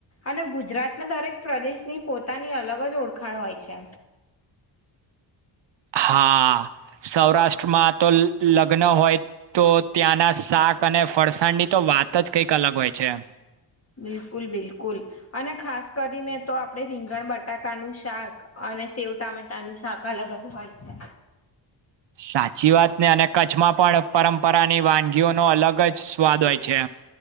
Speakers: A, on the left; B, on the right.
A: અને ગુજરાતના દરેક પ્રદેશની પોતાની અલગ જ ઓળખાણ હોય છે.
B: હા સૌરાષ્ટ્રમાં તો લગ્ન હોય તો ત્યાંના શાક અને ફરસાણની તો વાત જ કંઈક અલગ હોય છે.
A: બિલકુલ બિલકુલ અને ખાસ કરીને તો આપડે રીંગણ બટ બટાકાનું શાક અને સેવ ટામેટાનું શાક અલગ જ હોય છે.
B: સાચી વાતને અને કચ્છમાં પણ પરંપરાની વાનગીઓનોો અલગ જ સ્વાદ હોય છે